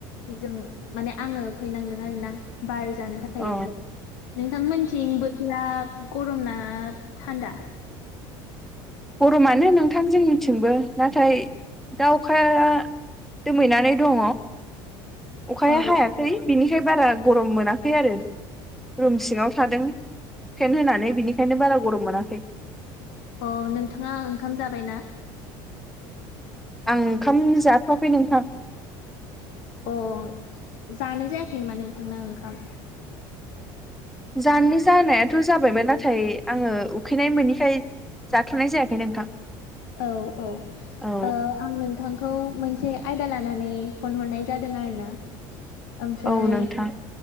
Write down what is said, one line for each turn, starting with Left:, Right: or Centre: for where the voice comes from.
Left: जों माने आङो फैनांदों आरोना बार जानो थाखाय
Centre: औ
Left: एसे। नोंथांमोनथिं बोथोरा गरम ना थान्दा?
Centre: गरमानो नोंथां जोंनिथिंबो नाथाय दा अखा दोमैनानै दङ। अखाया
Left: औ
Centre: हायाखै बिनिखाय बारा गरम मोनाखै आरो। रुम सिङाव थादों फेन होनानै बिनिखायनो बारा गरम मोनाखै।
Left: अ नोंथाङा ओंखाम जाबायना?
Centre: आं ओंखाम जाथ'वाखै नोंथां।
Left: अ जानो जायाखै नामा नोंथांना ओंखाम?
Centre: जानो जानायाथ' जाबायमोन नाथाय आङो उखैनाय मोनिखाय जाथ'नाय जायाखै नोंथां।
Left: औ औ
Centre: औ
Left: ओ आं नोंथांखौ मोनसे आयदा लानानै फन हरनाय जादों आरो ना। आमसाय
Centre: औ नोंथां